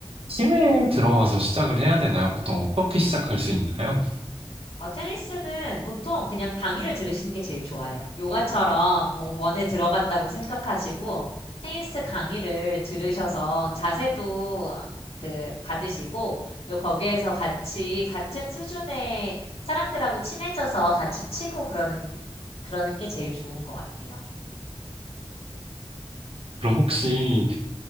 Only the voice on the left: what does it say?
어, 테니스는 보통 그냥 강의를 들으시는 게 제일 좋아요. 요가처럼 뭐 원에 들어간다고 생각하시고, 테니스 강의를 들으셔서 자세도 그 받으시고, 요 거기에서 같이 같은 수준의 사람들하고 친해져서 같이 치고 그러는, 그러는 게 제일 좋은 것 같아요.